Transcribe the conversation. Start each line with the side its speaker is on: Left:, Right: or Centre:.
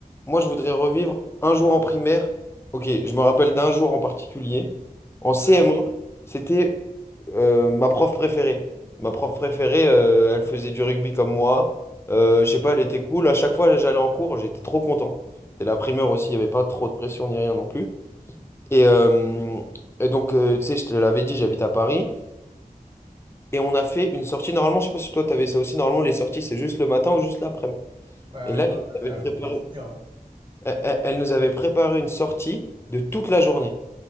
Left: moi je voudrais revivre un jour en primaire. Ok, je me rappelle d'un jour en particulier. En
Right: Ouais.
Left: CM1, c'était euh, ma prof préférée. Ma prof préférée, euh, elle faisait du rugby comme moi. Euh, je sais pas, elle était cool. À chaque fois, j'allais en cours, j'étais trop content. C'était la primaire aussi, il n'y avait pas trop de pression ni rien non plus. Et, euh, et donc, euh, tu sais, je te l'avais dit, j'habite à Paris. Et on a fait une sortie. Normalement, je sais pas si toi, tu avais ça aussi. Normalement, les sorties, c'est juste le matin ou juste l'après-midi.
Right: Ouais, ouais,
Left: Et là,
Right: je me rappelle.
Left: elle nous
Right: Ah,
Left: avait préparé,
Right: bon souvenir. hein.
Left: elle, elle- elle nous avait préparé une sortie de toute la journée.